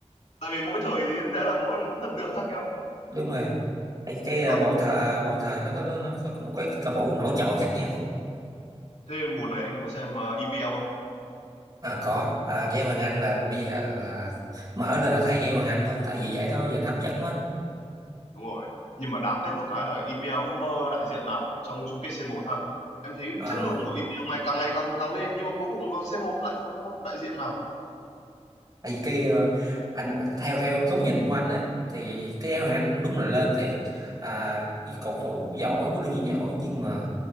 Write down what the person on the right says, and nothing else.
đúng rồi Ê, cái ờ,
mỗi thời ờ, mỗi thời nó có nó, nó có một cái cầu thủ nổi trội khác nhau
à có à, Nguyễn Hoàng Anh là bây giờ là mở lên là thấy Nguyễn Hoàng Anh thôi tại vì vậy đó giờ anh hấp dẫn quá
À,
tại vì cái ờ, anh theo theo góc nhìn của anh á thì cái áo anh đúng là lên thiệt à, như cầu thủ giỏi huấn luyện viên giỏi nhưng mà